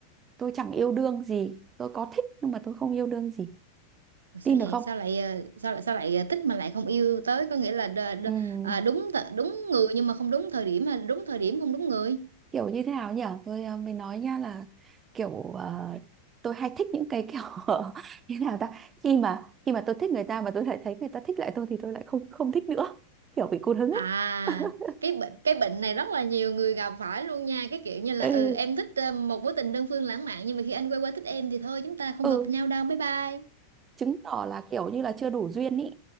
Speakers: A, on the right (about 25°); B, on the right (about 70°).
A: Tôi chẳng yêu đương gì. Tôi có thích nhưng mà tôi không yêu đương gì.
B: Ủa sao
A: Tin được
B: vậy
A: không?
B: sao lại ờ, sao lại sao lại ờ, thích mà lại không yêu tới có nghĩa là đ, đ,
A: Ừm,
B: à, đúng th- đúng người nhưng mà không đúng thời điểm hay là đúng thời điểm không đúng người
A: kiểu như thế nào nhỉ? Tôi ờ, mới nói nha là kiểu ờ, tôi hay thích những cái kiểu <laughs> như nào ta? Khi mà khi mà tôi thích người ta mà tôi lại thấy người ta thích lại tôi thì tôi lại không không thích nữa. Kiểu bị cụt hứng
B: à
A: ấy. <laughs>
B: cái bệnh cái bệnh này rất là nhiều người gặp phải luôn nha cái kiểu như là
A: ừ
B: ừ em thích ờ, một mối tình đơn phương lãng mạn nhưng mà khi anh quay qua thích em thì thôi chúng ta không
A: ừ
B: hợp nhau đâu bye bye
A: chứng tỏ là kiểu như là chưa đủ duyên ý